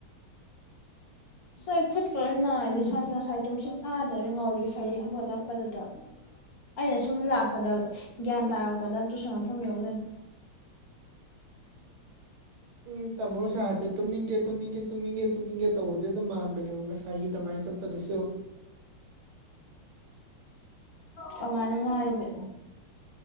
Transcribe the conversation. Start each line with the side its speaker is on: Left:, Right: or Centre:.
Left: ꯉꯥꯏ <unintelligible> ꯈꯨꯠ ꯂꯣꯏꯅ ꯅꯥꯏꯗꯤ
Right: ꯎꯝ
Left: ꯏꯁꯥꯁꯦ ꯉꯁꯥꯏ ꯇꯨꯝꯁꯤꯠ ꯐꯥꯗꯕꯩ ꯉꯥꯎꯔꯤ ꯐꯩꯔꯤ ꯍꯧꯒꯠꯂꯛꯄꯗꯨꯗ ꯑꯩꯅ ꯁꯨꯝ ꯂꯥꯛꯄꯗ ꯒ꯭ꯌꯥꯟ ꯇꯥꯔꯛꯄꯗ ꯇꯨꯏꯁꯟ ꯃꯐꯝ ꯌꯧ ꯂꯩꯔꯝꯃꯤ
Right: ꯎꯝ ꯇꯥꯃꯣ ꯁꯣꯔꯥꯠꯇꯤ ꯇꯨꯝꯅꯤꯡꯒꯦ ꯇꯨꯝꯅꯤꯡꯒꯦ ꯇꯨꯝꯅꯤꯡꯒꯦ ꯇꯨꯝꯅꯤꯡꯒꯦ ꯇꯧꯕꯗꯤ ꯑꯗꯨꯝ ꯃꯥꯟꯕꯅꯦꯕ ꯉꯁꯥꯏꯒꯤ ꯑꯗꯨꯃꯥꯏꯅ ꯆꯠꯄꯗꯨꯁꯨ
Left: <inaudible> ꯀꯃꯥꯏꯅꯅꯣ ꯍꯥꯏꯖꯦ